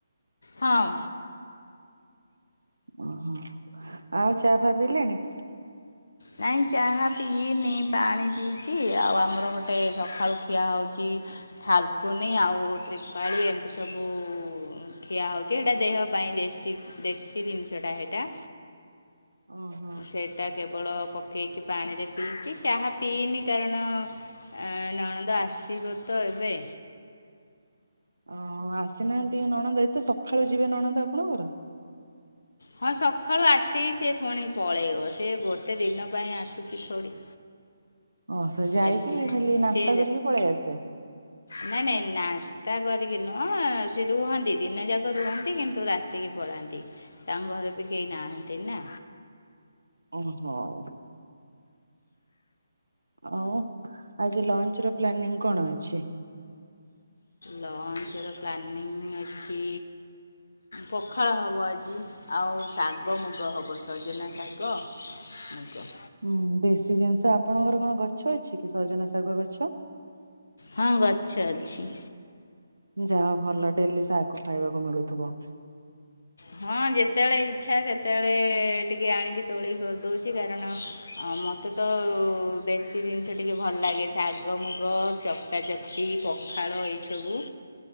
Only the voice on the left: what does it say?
ହଁ।
ନାଇଁ ଚାହା ପିଇନି, ପାଣି ପିଇଚି ଆଉ ଆମର ଗୋଟେ ସକାଳୁ ଖିଆ ହଉଚି ଥାଲକୁନି ଆଉ ତ୍ରିପାଳି ଏମିତି ସବୁ ଖିଆ ହଉଚି ସେଇଟା ଦେହ ପାଇଁ ଦେଶୀ ଦେଶୀ ଜିନିଷଟା ସେଇଟା।
ସେଇଟା କେବଳ ପକେଇକି ପାଣିରେ ପିଇଚି ଚାହା ପିଇନି କାରଣ ଏ ନଣନ୍ଦ ଆସିବ ତ ଏବେ।
ହଁ ସକାଳୁ ଆସିିକି ସେ ପୁଣି ପଳେଇବ। ସିଏ ଗୋଟେ ଦିନ ପାଇଁ ଆସୁଛି ଥୋଡ଼ି।
ଏମିତି
ସେ
ନାଇଁ ନାଇଁ ନାସ୍ତା କରିକି ନୁହଁ। ସେ ରୁହନ୍ତି ଦିନ ଯାକ ରୁହନ୍ତି କିନ୍ତୁ ରାତିକି ପଳାନ୍ତି ତାଙ୍କ ଘରେ ବି କେହି ନାହାନ୍ତି ନା।
ଲଞ୍ଚର ପ୍ଲାନିଂ ଅଛି ପଖାଳ ହବ ଆଜି। ଆଉ ଶାଗ ମୁଗ ହବ। ସଜନା ଶାଗ ମୁଗ।
ହଁ ଗଛ ଅଛି।
ହଁ ଯେତେବେଳେ ଇଚ୍ଛା ସେତେବେଳେ ଟିକେ ଆଣିକି ତୋଳିକି କରିଦଉଚି କାରଣ ଅ ମତ ମୋତେ ତ ଦେଶୀ ଜିନିଷ ଟିକେ ଭଲ ଲାଗେ। ଶାଗ ମୁଗ ଚକଟା ଚକଟି ପ ଖାଳ ଏଇସବୁ।